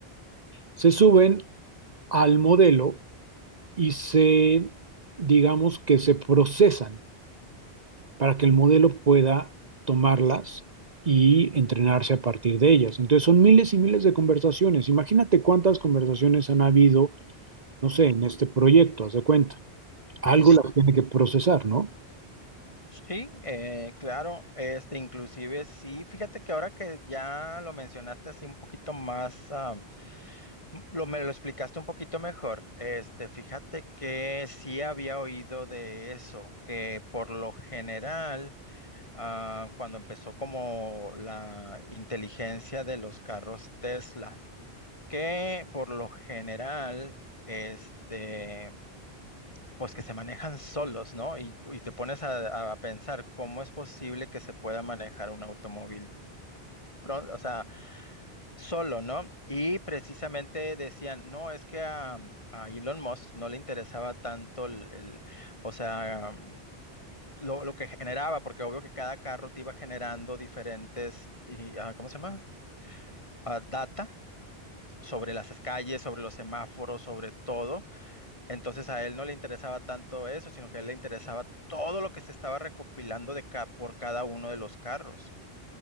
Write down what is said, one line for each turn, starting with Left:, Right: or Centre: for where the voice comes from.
Right: se suben al modelo y se, digamos que se procesan para que el modelo pueda tomarlas y entrenarse a partir de ellas. Entonces son miles y miles de conversaciones. Imagínate cuántas conversaciones han habido, no sé, en
Left: Mm.
Right: este proyecto, haz de cuenta. Algo
Left: Sí,
Right: las tiene que procesar, ¿no?
Left: Sí, eh, claro, este, inclusive sí, fíjate que ahora que ya lo mencionaste así un poquito más, ah, m- lo, me lo explicaste un poquito mejor, este, fíjate que sí había oído de eso, que por lo general, ah, cuando empezó como la inteligencia de los carros Tesla, que por lo general, este pues que se manejan solos, ¿no? Y, y te pones a, a pensar cómo es posible que se pueda manejar un automóvil, pro- o sea, solo, ¿no? Y precisamente decían, no, es que a, a Elon Musk no le interesaba tanto el, el- o sea, lo, lo que generaba, porque obvio que cada carro te iba generando diferentes, y, ah, ¿cómo se llama? Ah, data sobre las calles, sobre los semáforos, sobre todo. Entonces a él no le interesaba tanto eso, sino que a él le interesaba todo lo que se estaba recopilando de ca- por cada uno de los carros.